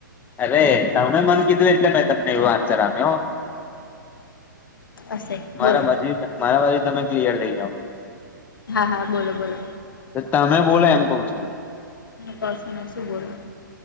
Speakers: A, on the left (about 15°); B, on the left (about 80°).
A: અરે તમે મન કીધું એટલે મેં તમને એવું આન્સર આપ્યો.
B: હશે બોલો
A: મારા બા મારા બાજુથી તમે ક્લિયર થઇ જાવ.
B: હા હા બોલો બોલો
A: તમે બોલો એમ કવ છું હું.
B: કશું નય શું બોલું.